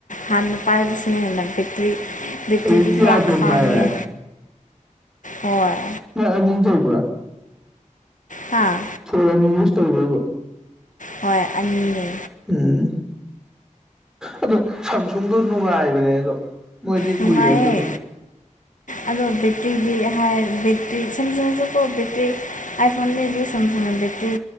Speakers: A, on the left (about 75°); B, in the centre.
A: ꯍꯥꯟꯅ ꯄꯥꯏꯕꯁꯤꯅ ꯍꯦꯟꯅ ꯕꯦꯠꯇ꯭ꯔꯤ ꯕꯦꯠꯇ꯭ꯔꯤꯗꯤ
B: ꯍꯧꯖꯤꯛꯇꯤ
A: ꯄꯨꯔꯥ
B: ꯑꯥꯏꯐꯣꯟ
A: ꯈꯥꯡꯉꯦ
B: ꯄꯥꯏꯔꯦ
A: ꯍꯣꯏ
B: ꯅꯣꯏ ꯑꯅꯤ ꯌꯧꯕ꯭ꯔꯥ
A: ꯍꯥꯥ
B: ꯐꯣꯜ ꯑꯅꯤ ꯌꯨꯁ ꯇꯧꯕ꯭ꯔꯥꯕ
A: ꯍꯣꯏ ꯑꯅꯤꯅꯦ
B: ꯎꯝ ꯑꯗꯣ ꯁꯝꯁꯨꯡꯗꯣ ꯅꯨꯡꯉꯥꯏꯕꯅꯦ ꯑꯗꯣ ꯃꯣꯏꯗꯤ
A: ꯅꯨꯡꯉꯥꯏꯌꯦ
B: ꯀꯨꯏꯔꯁꯨ ꯑꯗꯨꯝ
A: ꯑꯗꯣ ꯕꯦꯠꯇ꯭ꯔꯤꯒꯤ ꯍꯥꯏꯔꯗꯤ ꯕꯦꯠꯇ꯭ꯔꯤ ꯁꯦꯝꯁꯡ ꯁꯨꯀꯣ ꯕꯦꯠꯇ꯭ꯔꯤ ꯑꯥꯏꯐꯣꯟꯗꯩꯗꯤ ꯁꯦꯝꯁꯪꯅ ꯕꯦꯠꯇ꯭ꯔꯤ